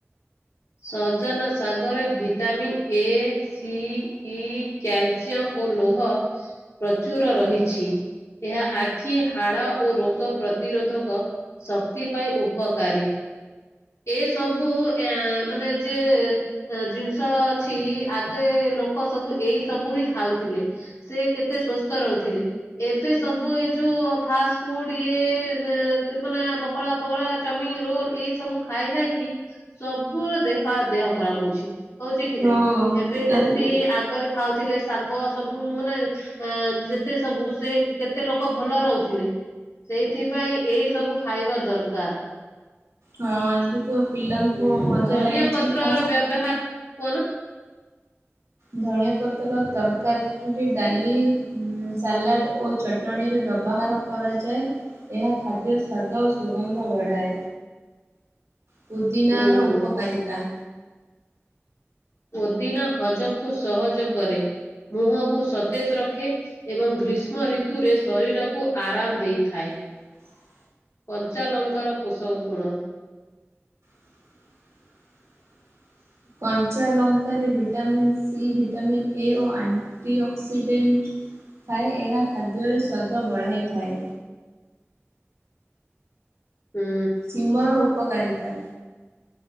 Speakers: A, on the left; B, on the right.
A: ସଜନ ଶାଗରେ vitamin A C E calcium ଓ ଓ ଲୋହ ପ୍ରଚୁର ରହିଛି। ଏହା ଆଖି ହାଡ଼ ଓ ରୋଗ ପ୍ରତିରୋଧକ ଶକ୍ତି ପାଇଁ ଉପକାରୀ। ଏସବୁ ଏଁ ଆ ମାନେ ଯେ ଜିନିଷ ଅଛି ଆଗେ ଲୋକ ସବୁ ଏଇସବୁ ହିଁ ଖାଉଥି ଲେ। ସେ କେତେ ସୁସ୍ଥ ରହୁଥିଲେ। ଏବେ ସବୁ ଏଇ ଯୋଉ ଫାଷ୍ଟ ଫୁଡ ଇଏ ସେ ସିପୁନା, ପକୋଡା ପକୋଡା, ଚମିିନ, ରୋଲ, ଏଇସବୁ ଖାଇ ଖାଇକି, ସବୁ ପୁରା ଦେଖ ଦେହ ଖରାପ ହଉଛି। ହଉଛି କି
B: ହଁ
A: ନାଇଁ? ଏବେ ଯେମିତି
B: ଆ
A: ଆଗରେ ଖାଉ ଥିଲେ ଶାଗ ସବୁ ମାନେ ଅ ଯେତେ ସବୁ ସେ କେତେ ଲୋକ ଭଲ ରହୁଥିଲେ ସେଇଥିପାଇଁ ଏଇସବୁ ଖାଇବା ଦରକାର।
B: ହଁ ଏବେ ତ ପିଲାଙ୍କୁ
A: ହୁଁ
B: ମଜା
A: ଧନିଆ
B: ଲାଗିଛି
A: ପତ୍ର
B: ଫାଷ୍ଟ
A: ର ବ୍ୟବହାର କୁହନା।
B: ଧଣିଆ ପତ୍ର ତରକାରୀଠୁ ଡାଲି, ଉଁ ସାଲାଡ ଓ ଚଟଣିରେ ବ୍ୟବହାର କରାଯାଏ। ଏହା ଖାଦ୍ୟ ସ୍ୱାଦ ଓ ସୁଗନ୍ଧ ବଢ଼ାଏ। ପୁଦିିନାର
A: ହୁଁ
B: ଉପକାରିତା।
A: ପୁଦିନା ହଜମକୁ ସହଜ କରେ। ମୁହଁକୁ ସତେଜ ରଖେ ଏବଂ ଗ୍ରୀଷ୍ମ ଋତୁରେ ଶରୀରକୁ ଆରାମ ଦେଇଥାଏ।
B: <inaudible>
A: କଞ୍ଚାଲଙ୍କାର ପୋଷକ ଗୁଣ।
B: <inaudible> କଞ୍ଚା ଲଙ୍କାରେ ଭିଟାମିନ୍ ସି, ଭିଟାମିନ୍ ଏ ଓ ଆଣ୍ଟି ଅକ୍ସିଡେଣ୍ଟ ଥାଏ। ଏହା ଖାଦ୍ୟର ସ୍ୱାଦ ବଢାଇଥାଏ।
A: ହୁଁ
B: ଶିମର ଉପକାରିତା।